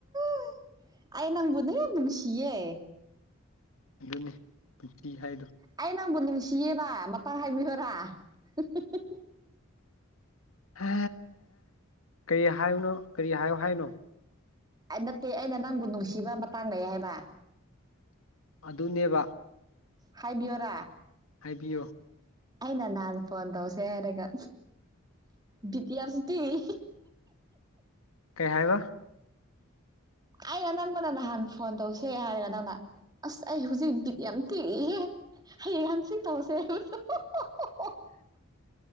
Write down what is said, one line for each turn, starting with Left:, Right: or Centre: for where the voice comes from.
Right: <unintelligible> ꯑꯩ ꯅꯪꯕꯨꯗꯤ ꯌꯥꯝ ꯅꯨꯡꯁꯤꯌꯦ
Left: ꯑꯗꯨꯅꯦ ꯄꯨꯟꯁꯤ ꯍꯥꯏꯗꯣ
Right: ꯑꯩ ꯅꯪꯕꯨ ꯅꯨꯡꯁꯤꯌꯦꯕ ꯃꯇꯥꯡ ꯍꯥꯏꯕꯤꯌꯨꯔꯥ <unintelligible>
Left: ꯍ ꯀꯔꯤ ꯍꯥꯏꯕꯅꯣ ꯀꯔꯤ ꯍꯥꯏꯌꯣ ꯍꯥꯏꯅꯣ
Right: ꯑꯩ ꯅꯠꯇꯦ ꯑꯩꯅ ꯅꯪꯕꯨ ꯅꯨꯡꯁꯤꯕ ꯃꯇꯥꯡ ꯂꯩꯌꯦ ꯍꯥꯏꯕ
Left: ꯑꯗꯨꯅꯦꯕ
Right: ꯍꯥꯏꯕꯤꯌꯣꯔꯥ
Left: ꯍꯥꯏꯕꯤꯌꯣ
Right: ꯑꯩꯅ ꯅꯍꯥꯟ ꯐꯣꯟ ꯇꯧꯁꯦ ꯍꯥꯏꯔꯒ ꯕꯤꯠ ꯌꯥꯎꯖꯥꯗꯦꯌꯦ
Left: ꯀꯩ ꯍꯥꯏꯕ
Right: ꯑꯩꯅ ꯅꯪꯕꯅ ꯅꯍꯥꯟ ꯐꯣꯟ ꯇꯧꯁꯦ ꯍꯥꯏꯔꯒ ꯅꯪꯅ ꯑꯁ ꯑꯩ ꯍꯧꯖꯤꯛ ꯕꯤꯠ ꯌꯥꯝ ꯇꯦꯛꯏꯌꯦ ꯍꯌꯦꯡ ꯍꯪꯆꯤꯠ ꯇꯧꯁꯦ ꯍꯥꯏꯕꯗꯣ